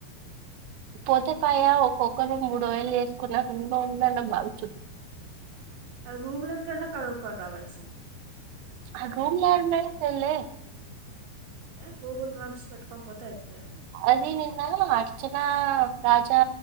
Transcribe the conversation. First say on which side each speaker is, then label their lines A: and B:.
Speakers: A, on the right; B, on the right.
A: పోతే పాయా ఒక్కొక్కరు మూడు వేయిల్ చేసుకున్న రూమ్ లో ఉందన్న బాగు చు
B: అ రూమ్ లుంటన్న కరు కోర్ రావాల్సిన్
A: హ రూమ్ల ఉన్న తెల్లే
B: య గూగుల్ మ్యాప్స్ పెట్టుకోన్ పోతే అయిపోయా
A: అది నిన్నా అర్చనా రాజా